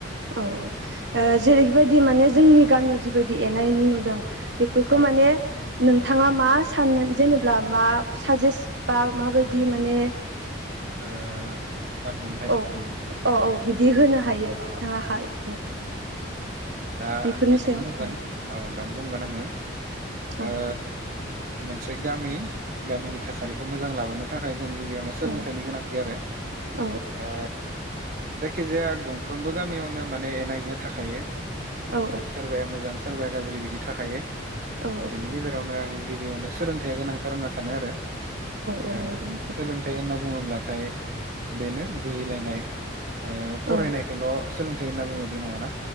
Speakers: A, on the right; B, on the right.
A: औ औ जेरैबायदि माने जोंनि गामियाव जिबायदि एना एनि नुदों। बेफोरखौ
B: औ
A: माने नोंथाङा मा साननानै जेनेबा मा साजेस् बा माबायदि माने
B: ओ बानबुंथाय
A: औ
B: उम
A: औ
B: उम
A: औ बिदि होनो हायो। बिथाङा
B: औ
A: हाय औ
B: दा
A: बेफोरनि
B: आं बेखायनो
A: सायाव
B: बुंगोन
A: औ
B: औ दा बुंगोन आङो
A: औ
B: ओ मोनसे गामि गामिनि थासारिखौ मोजां लाबोनो थाखाय जों गिबियावनो सोलोंथाइनि
A: औ
B: गोनांथि आरो
A: औ
B: ओ जायखिजाया गंफ्रोमबो गामियावनो माने नायनो थाखायो।
A: औ
B: सोरबाया मोजां सोरबाया गाज्रि बिदि थाखायो
A: औ
B: बेनि गेजेरावनो आङो गिबियावनो सोलोंथाइया गोनांथार होनना सानो आरो
A: औ
B: ओ
A: नंगौ नोंथां
B: सोलोंथाइ होनना बुङोब्लाथाय बेनो बुजिलायनाय फरायनायखौल'
A: औ
B: सोलोंथाइ होनना बुङो बे नङाना।